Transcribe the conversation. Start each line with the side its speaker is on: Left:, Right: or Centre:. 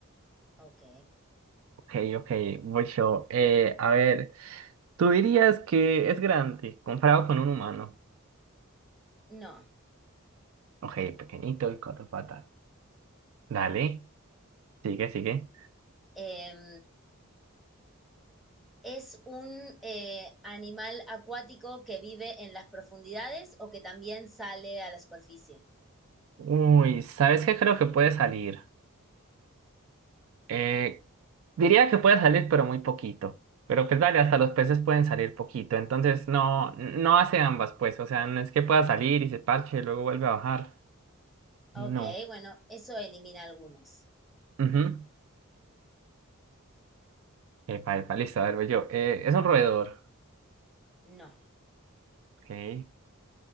Centre: Ok.
Right: Ok, ok, voy yo. Eh, a ver, tú dirías que es grande comparado con un humano.
Centre: No.
Right: Ok, pequeñito y cuatro patas. Dale, sigue, sigue.
Centre: Em, es un eh, animal acuático que vive en las profundidades o que también sale a la superficie.
Right: Uy, ¿sabes qué creo que puede salir? Eh, diría que puede salir, pero muy poquito. Pero pues dale, hasta los peces pueden salir poquito. Entonces no, no hace ambas, pues. O sea, no es que pueda salir y se parche y luego vuelve a bajar. No.
Centre: Ok, bueno, eso elimina algunos.
Right: Ujú. Epa, epa, listo, a ver, voy yo. Eh, es un roedor.
Centre: No.
Right: Ok.